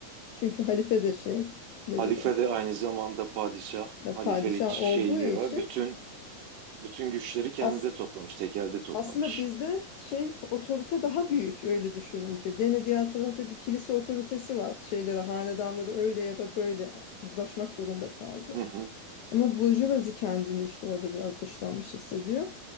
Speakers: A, on the left (about 75°); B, on the right (about 70°).
A: Çünkü halife de şey nedir
B: Halife
A: o?
B: de aynı zamanda padişah,
A: da
B: halifelik
A: padişah
B: şeyi
A: olduğu
B: de
A: için
B: var. Bütün bütün güçleri kendinde
A: as
B: toplamış, tekelde toplamış.
A: aslında bizde şey otorite daha büyük öyle düşününce. Gene diğer tarafta bir kilise otoritesi var. Şeyleri hanedanları öyle ya da böyle uzlaşmak zorunda kaldı.
B: Hı hı.
A: Ama burjuvazi kendini işte orada biraz dışlanmış hissediyor.